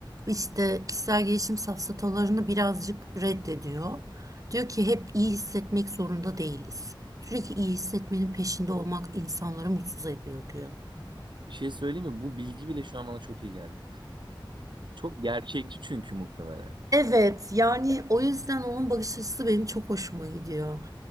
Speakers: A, on the right; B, on the right.
A: işte kişisel gelişim safsatalarını birazcık reddediyor. Diyor ki hep iyi hissetmek zorunda değiliz. Sürekli iyi hissetmenin peşinde olmak insanları mutsuz ediyor diyor.
B: Bir şey söyleyeyim mi? Bu bilgi bile şu an bana çok iyi geldi. Çok gerçekçi çünkü muhtemelen.
A: Evet yani o yüzden onun bakış açısı benim çok hoşuma gidiyor.